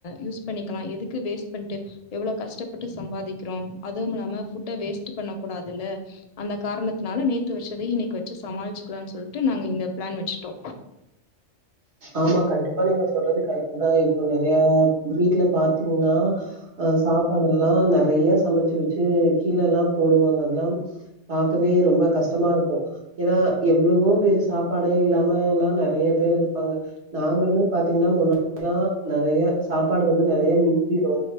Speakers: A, on the left (about 50°); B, on the right (about 70°).
A: யூஸ் பண்ணிக்கலா எதுக்கு வேஸ்ட் பண்ட்டு எவ்ளோ கஷ்டப்பட்டு சம்பாதிக்கிறோ அதுவுல்லாம ஃபுட்ட வேஸ்ட் பண்ண கூடாதுல்ல அந்த காரணத்துனால நேத்து வச்சத இன்னைக்கி வச்சு சமாளிச்சுக்கலான் சொல்ட்டு நாங்க இந்த பிளான் வச்சுட்டோ
B: ஆமா கண்டிப்பா நீங்க சொல்றது கரெக்ட் தா இப்போ நறையா வீட்ல பாத்தீங்கன்னா அ சாப்பாடுல்லா நறைய சமச்சு வச்சு கீழேல்லா போடுவாங்க அதெல்லா பாக்கவே ரொம்ப கஷ்டமாருக்கு ஏன்னா எவ்வளவோ பேரு சாப்பாடே இல்லாம எல்லா நெறைய பேரு இருப்பாங்க நாங்களுமே பாத்தீங்கன்னா முன்னா எல்லா நறய சாப்பாடு வந்து நறய மிஞ்சிரு